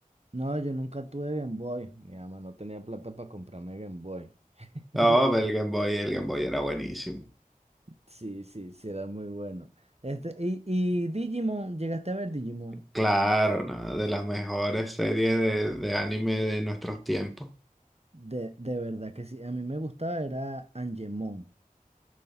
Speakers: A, on the right; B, in the centre.
A: No, yo nunca tuve Game Boy. Mi mamá no tenía plata para comprarme Game Boy. <laughs>
B: Oh, el Game Boy, el Game Boy era buenísimo.
A: Sí, sí, sí, era muy bueno. Este, y, y Digimon, ¿llegaste a ver Digimon?
B: Claro, ¿no? De las mejores series de, de anime de nuestros tiempos.
A: De, de verdad que sí, a mí me gustaba, era Angemon.